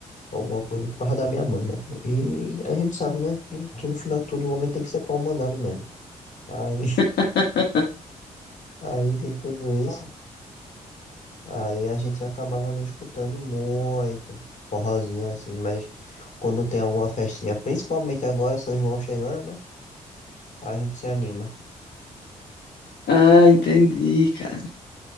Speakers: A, on the left; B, on the left.
A: ou alguma coisa por causa da minha mãe, né? E a gente sabe, né, que, que no final de tudo o homem tem que ser pau mandado mesmo. Aí,
B: <laughs>
A: <laughs> aí tem tudo isso. Aí a gente acabava não escutando muito forrozinho assim, mas quando tem alguma festinha, principalmente agora São João chegando, né? A gente se anima.
B: Ah, entendi, cara.